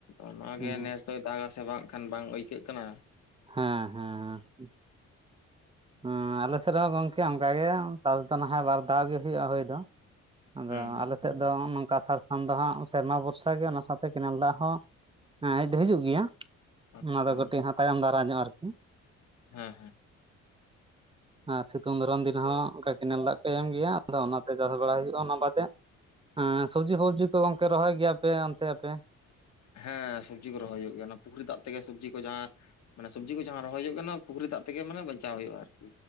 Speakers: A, on the left (about 65°); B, on the right (about 20°).
A: ᱚᱱᱟ
B: ᱦᱩᱸ
A: ᱜᱮ ᱱᱮᱥ ᱫᱚᱭ ᱫᱟᱜᱟ ᱥᱮ ᱵᱟᱝ ᱟᱠᱷᱟᱱ ᱵᱟᱝ ᱟᱹᱭᱠᱟᱹᱜ ᱠᱟᱱᱟ᱾
B: ᱦᱮᱸ ᱦᱮᱸ ᱾ ᱦᱮᱸ ᱟᱞᱮᱥᱮᱫ ᱨᱮᱦᱚᱸ ᱜᱚᱝᱠᱮ ᱚᱱᱠᱟᱜ ᱜᱮ ᱪᱟᱥ ᱫᱚ ᱱᱟᱦᱟᱭ ᱵᱟᱨ ᱫᱷᱟᱣ ᱜᱮ ᱦᱳᱭᱳᱜᱼᱟ ᱦᱳᱭ ᱫᱚ᱾ ᱟᱫᱚ
A: ᱦᱩᱸ
B: ᱟᱞᱮ ᱥᱮᱫ ᱫᱚ ᱱᱚᱝᱠᱟ ᱟᱥᱟᱲ-ᱥᱟᱱ ᱫᱚ ᱦᱟᱸᱜ ᱥᱮᱨᱢᱟ ᱵᱷᱚᱨᱥᱟ ᱜᱮ ᱚᱱᱟ ᱥᱟᱶᱛᱮ ᱠᱮᱱᱮᱞ ᱫᱟᱜ ᱦᱚᱸ ᱦᱮᱸ ᱦᱮᱡ ᱫᱚ ᱦᱤᱡᱩᱜ ᱜᱮᱭᱟ
A: ᱟᱪᱪᱷᱟ
B: ᱚᱱᱟ ᱫᱚ ᱠᱟᱹᱴᱤᱡ ᱦᱟᱜ ᱛᱟᱭᱚᱢ ᱫᱟᱨᱟᱢ ᱧᱚᱜ ᱟᱨᱠᱤ᱾
A: ᱦᱮᱸ ᱦᱮᱸ
B: ᱟᱨ ᱥᱤᱛᱩᱝ ᱫᱚᱨᱟᱢ ᱫᱤᱱ ᱦᱚᱸ ᱚᱱᱠᱟ ᱠᱮᱱᱮᱞ ᱫᱟᱜ ᱠᱚ ᱮᱢ ᱜᱮᱭᱟ ᱟᱫᱚ ᱚᱱᱟᱛᱮ ᱪᱟᱥ ᱵᱟᱲᱟ ᱦᱩᱭᱩᱜᱼᱟ ᱚᱱᱟ ᱵᱟᱫᱮ ᱦᱮᱸ ᱥᱚᱵᱽᱡᱤ ᱯᱷᱚᱯᱡᱤ ᱠᱚ ᱜᱚᱝᱠᱮ ᱨᱚᱦᱚᱭ ᱜᱮᱭᱟᱯᱮ ᱚᱱᱛᱮ ᱟᱯᱮ?
A: ᱦᱮᱸ ᱥᱚᱵᱽᱡᱤ ᱠᱚ ᱨᱚᱦᱚᱭ ᱦᱳᱭᱳᱜ ᱜᱮᱭᱟ ᱚᱱᱟ ᱯᱩᱠᱷᱨᱤ ᱫᱟᱜ ᱛᱮᱜᱮ ᱥᱚᱵᱽᱡᱤ ᱠᱚ ᱡᱟᱦᱟᱸ ᱢᱟᱱᱮ ᱥᱚᱵᱽᱡᱤ ᱠᱚ ᱡᱟᱦᱟᱸ ᱨᱚᱦᱚᱭᱚᱜ ᱠᱟᱱᱟ ᱯᱩᱠᱷᱨᱤ ᱫᱟᱜ ᱛᱮᱜᱮ ᱢᱟᱱᱮ ᱵᱟᱧᱪᱟᱣ ᱦᱩᱭᱩᱜᱼᱟ ᱟᱨᱠᱤ᱾